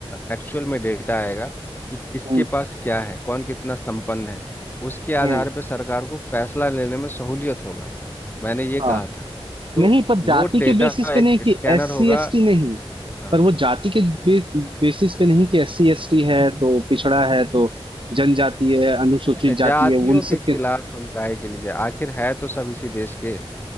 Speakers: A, on the left; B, on the right.
A: एक्चुअल में डेटा आएगा कि किसके
B: हम्म
A: पास क्या है कौन कितना संपन्न है उसके आधार
B: हम्म,
A: पर सरकार को फैसला लेने में सहूलियत होगा मैंने ये कहा
B: हाँ
A: था तो
B: नहीं पर
A: वो
B: जाति
A: डेटा
B: के बेसिस पे
A: एक
B: नहीं कि
A: स्कैनर
B: एस
A: होगा
B: सी एस टी नहीं
A: हाँ
B: पर वो जाति के बे, बेसिस पे नहीं कि एस सी एस टी है तो पिछड़ा है तो जनजाति है अनुसूचित
A: नहीं नहीं
B: जाति
A: जातियों
B: है उन
A: के
B: सब
A: खिलाफ
B: के
A: हम काहे के लिए जाए आखिर है तो सब इसी देश के